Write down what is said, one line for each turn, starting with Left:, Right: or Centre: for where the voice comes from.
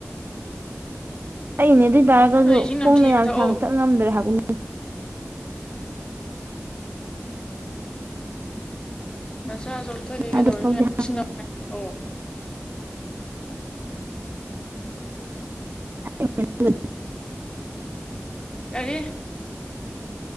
Right: ꯑꯩꯅꯦꯗꯤ ꯇꯥꯔꯒꯁꯨ
Left: ꯅꯣꯏ ꯏꯁꯤꯡ
Right: ꯈꯣꯡꯅ
Left: ꯅꯝꯊꯤꯕ
Right: ꯌꯥꯝ
Left: ꯊꯛꯑꯣ
Right: ꯁꯥꯡꯅ ꯆꯠ ꯉꯝꯗ꯭ꯔꯦ ꯍꯥꯏ ꯎ
Left: ꯅꯁꯥ ꯆꯣꯛꯊꯈꯤ
Right: ꯁꯥꯗ
Left: ꯀꯩꯗꯧꯔꯤꯕꯌꯥꯝ
Right: ꯐꯥꯎꯗꯤ <unintelligible> <unintelligible> <unintelligible>
Left: ꯑꯔꯤ